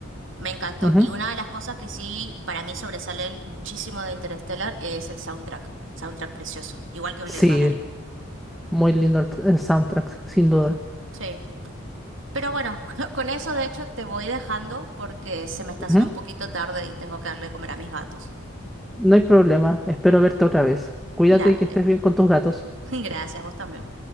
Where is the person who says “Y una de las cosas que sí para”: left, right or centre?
Right